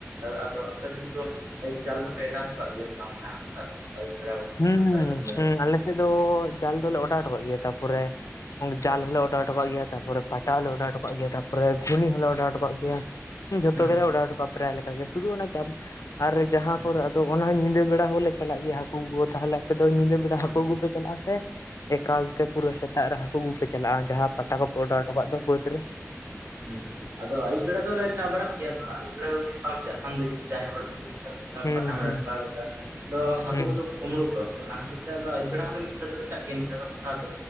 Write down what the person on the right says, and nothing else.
ᱟᱫᱚ ᱟᱯᱮ ᱥᱮᱫ ᱛᱚ ᱟᱹᱭᱩᱵ ᱡᱟᱞ ᱫᱚ ᱯᱮ ᱮᱴᱟᱜ ᱥᱮᱫ ᱟᱠᱟᱫ ᱜᱮᱭᱟ ᱥᱮ ᱵᱟᱝ ᱱᱟᱦᱟᱜ ᱦᱟᱹᱠᱩ ᱥᱟᱵ? ᱟᱹᱭᱩᱵ ᱵᱮᱲᱟ
ᱵᱟᱠᱷᱟᱱ ᱛᱟᱨᱟᱥᱤᱧ
ᱵᱮᱲᱟ?
ᱦᱩᱸ
ᱦᱩᱸ
ᱦᱩᱸ
ᱦᱩᱸ
ᱦᱩᱸ ᱟᱫᱚ ᱟᱹᱭᱩᱵ ᱵᱮᱲᱟ ᱫᱚᱞᱮ ᱪᱟ ᱵᱟᱲᱟᱜ ᱜᱮᱭᱟ ᱟᱫᱚ ᱟᱹᱭᱩᱵ ᱵᱮᱲᱟ ᱦᱚᱸ ᱡᱩᱫᱤ ᱵᱟᱢ ᱪᱟᱜ ᱠᱷᱟᱱ ᱫᱚ ᱡᱩᱫᱤ ᱡᱟᱦᱟᱸᱭ ᱦᱚᱲ ᱜᱮ᱾
ᱯᱟᱴᱟ ᱢᱮᱲᱟ
ᱰᱷᱠᱟ ᱠᱟᱫᱟ ᱟᱫᱚ ᱦᱟᱹᱠᱩ
ᱠᱚᱫᱚ ᱠᱩᱸᱵᱽᱲᱩ ᱠᱚᱣᱟ ᱚᱱᱟ ᱠᱷᱟᱹᱛᱤᱨ ᱛᱮ ᱱᱮᱛ ᱫᱚ ᱟᱹᱭᱩᱵ ᱵᱮᱲᱟ ᱦᱚᱸ ᱞᱮ ᱢᱤᱫ ᱛᱮ ᱫᱚ ᱞᱮ ᱪᱟᱜ ᱜᱮᱭᱟ ᱢᱤᱫ ᱛᱮ ᱫᱚ ᱠᱚᱴᱟ ᱫᱚ᱾